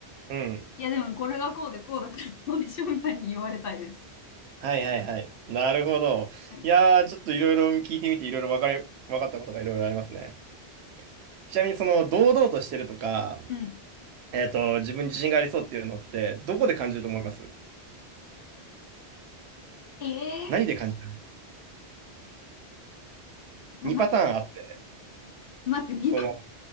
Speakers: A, on the right; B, on the left.
A: うん。
B: いや、でもこれはこうでこうだから、どうでしょうみたいに言われたいです。
A: はいはいはい。なるほど。
B: はい。
A: いやー、ちょっといろいろ聞いてみて、いろいろわかり、わかったことがいろいろありますね。ちなみにその堂々としてるとか、
B: うん。
A: えっと、自分に自信がありそうっていうのって、どこで感じると思います
B: うん。ええー
A: 何で感じる
B: かな。
A: ?2 パターンあって、
B: 待って、2番。
A: その